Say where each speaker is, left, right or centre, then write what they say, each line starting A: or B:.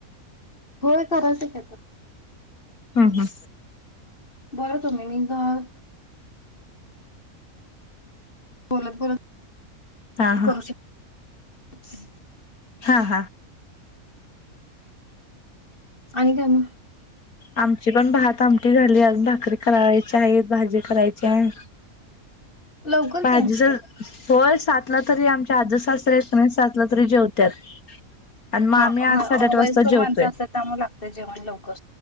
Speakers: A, on the left; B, on the left.
A: होय करायचं की आता
B: हा हा
A: बरं तुम्ही मी तर बोलत बोलत
B: हा हा
A: करू शकते <unintelligible>
B: हा हा
A: आणि काय मग
B: आमची पण भात आमटी झाली अजुन भाकरी करायची आहेत भाजी करायची आहे
A: लवकर
B: भाजीच
A: की
B: होय सातला तरी आमच्या आजे सासरे आहे की नाही सातला तरी जेवत्यात आणि मग आम्ही
A: हा
B: आठ साडेआठ वाजता
A: वयस्कर
B: जेवतोय
A: माणसं असत्यात त्यामुळे लागत जेवण लवकर